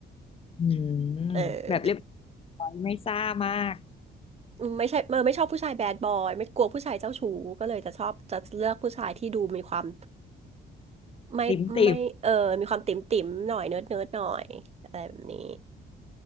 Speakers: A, on the left (about 30°); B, on the right (about 30°).
A: อืม
B: เออ
A: แบบเรียบร้อยไม่ซ่ามาก
B: อืมไม่ใช่เออไม่ชอบผู้ชายแบดบอยไม่กลัวผู้ชายเจ้าชู้ก็เลยจะชอบจะเลือกผู้ชายที่ดูมีความไม่ไม่เออมีความติ่มติ่มหน่อยเนิร์ดเนิร์ดหน่อยอะไรแบบนี้
A: ติ่มติ่ม